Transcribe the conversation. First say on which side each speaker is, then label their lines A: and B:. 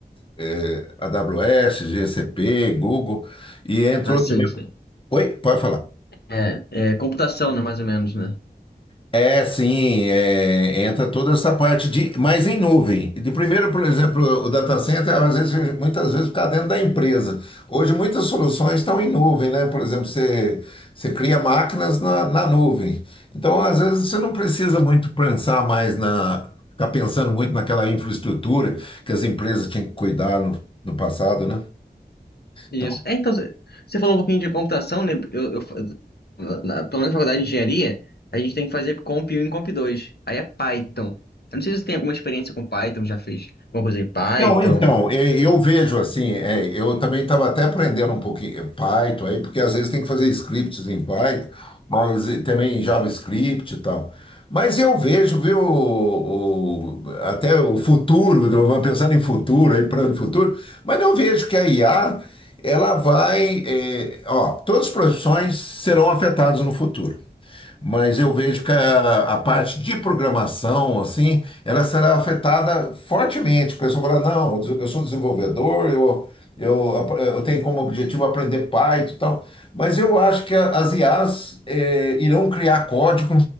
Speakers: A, on the left; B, on the left.
A: é, AWS, GCP, Google, e entrou
B: Ah, sei,
A: também.
B: sei.
A: Oi, pode falar.
B: É, é computação, né? Mais ou menos, né?
A: É, sim, é, entra toda essa parte de, mas em nuvem. De primeiro, por exemplo, o data center, às vezes, muitas vezes fica dentro da empresa. Hoje, muitas soluções estão em nuvem, né? Por exemplo, você, você cria máquinas na, na nuvem. Então, às vezes, você não precisa muito pensar mais na, ficar pensando muito naquela infraestrutura que as empresas tinham que cuidar no, no passado, né?
B: Isso.
A: Então,
B: É, então, você você falou um pouquinho de computação, né? Eu, eu fa- na, na- pelo menos na faculdade de engenharia, a gente tem que fazer Comp um e Comp 2. Aí é Python. Eu não sei se você tem alguma experiência com Python, já fez alguma coisa em Python.
A: Não, então, e- eu vejo assim, é, eu também estava até aprendendo um pouquinho é, Python aí, porque às vezes tem que fazer scripts em Python, mas e também em JavaScript e tal. Mas eu vejo, viu, o- o- até o futuro, eu vou pensando em futuro, aí para o futuro, mas eu vejo que a IA, ela vai, é, ó, todas as profissões serão afetadas no futuro mas eu vejo que a, a parte de programação, assim, ela será afetada fortemente. O pessoal fala, não, eu sou desenvolvedor, eu, eu, eu tenho como objetivo aprender Python e tal, mas eu acho que a- as IAs eh, irão criar código